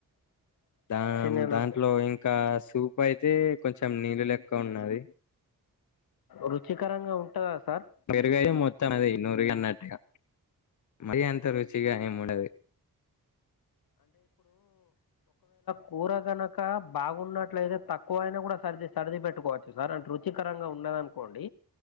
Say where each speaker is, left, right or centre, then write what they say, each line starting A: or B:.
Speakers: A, on the left; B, on the left.
A: దా
B: చిన్నగా
A: దాంట్లో
B: ఉంటాయి
A: ఇంకా స్ పప్పు అయితే కొంచెం నీళ్ళు లెక్క ఉన్నది
B: రుచికరంగా ఉంటుందా సార్
A: పెరుగు అయితే మొత్తం ది నూరుగా అన్నట్టుగా మరి అంత రుచిగా ఏం ఉండదు
B: కూరగనక బాగున్నట్లయితే తక్కువయినా కూడా సరిది సరిది పెట్టుకోవచ్చు సార్ అంటే రుచికరంగా ఉన్న ఉన్నదనుకోండి